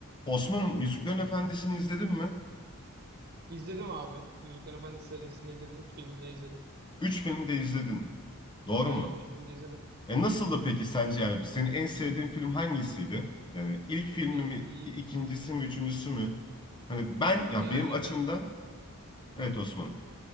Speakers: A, on the left (about 20°); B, on the right (about 45°).
A: Osman'ım Yüzüklerin Efendisi'ni izledin mi?
B: İzledim abi. Yüzüklerin Efendisi serisini izledim. Üç filmi de izledim.
A: Üç filmi de izledin. Doğru
B: Aynen
A: mu?
B: üç filmi de izledim.
A: E
B: Aynen.
A: nasıldı peki sence yani senin en sevdiğin film hangisiydi? Yani ilk filmi
B: E, e,
A: mi, ikincisi mi, üçüncüsü mü? Hani ben ya
B: yani
A: benim açımdan
B: ben
A: evet Osman'ım.